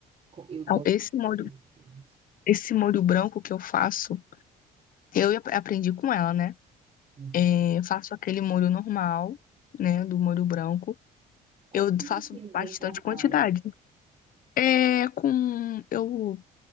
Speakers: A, on the right; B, on the left.
A: Com- Eu
B: Então,
A: gosto
B: Esse molho,
A: de tudo com isso.
B: esse molho branco que eu faço, eu ap- aprendi com ela, né?
A: Não passa-
B: É, faço aquele molho normal, né? Do molho branco.
A: Como
B: Eu faço
A: assim, molho
B: bastante
A: normal?
B: quantidade. É com. Eu